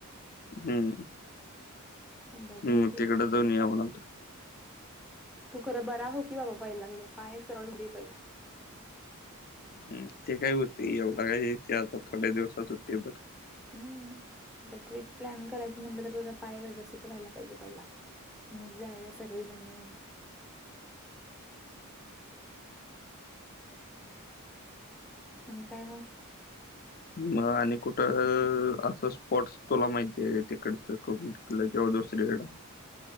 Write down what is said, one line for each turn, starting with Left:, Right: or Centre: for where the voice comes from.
Left: हम्म
Centre: मग बघूया
Left: हम्
Centre: की प्लॅन
Left: तिकडे जाऊन या
Centre: करा
Left: म्हणाल
Centre: तू खरं बरा हो की बाबा व्हायला लागलं काय सरळ हो दे पहिला
Left: हम ते काय होते एवढा काही ते आता थोड्या दिवसात होते बर
Centre: हम् तर ट्रिप प्लॅन करायची म्हटलं तर तुझा पाय व्यवस्थित व्हायला पाहिजे पहिला मग जायवे सगळेजण मिून आणि काय मग
Left: मग आणि कुठं असं स्पोर्ट्स तुला माहिती आहे तिकडचं क कि किंवा दुसरीकडे